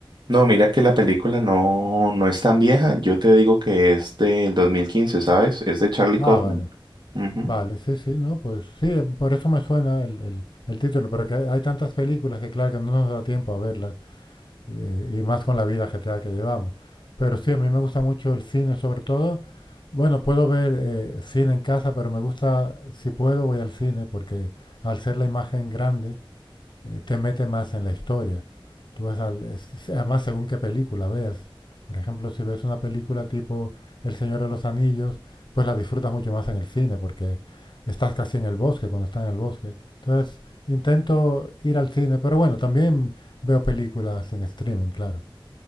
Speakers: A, on the right (about 55°); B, on the left (about 55°).
A: No, mira que la película no, no es tan vieja, yo te digo que es del 2015, ¿sabes? Es de Charlie
B: Ah,
A: Kaufman.
B: vale,
A: Ujú.
B: vale, sí, sí, no, pues sí, eh, por eso me suena el, el- el título, pero que hay tantas películas que claro que no nos da tiempo a verlas. eh, y más con la vida ajetreada que llevamos. Pero sí, a mí me gusta mucho el cine, sobre todo. Bueno, puedo ver eh, cine en casa, pero me gusta, si puedo, voy al cine, porque al ser la imagen grande, eh, te mete más en la historia. Tú ves al- es- además, según qué película veas. Por ejemplo, si ves una película tipo El Señor de los Anillos, pues la disfrutas mucho más en el cine porque estás casi en el bosque cuando estás en el bosque. Entonces, intento ir al cine, pero bueno, también veo películas en streaming, claro.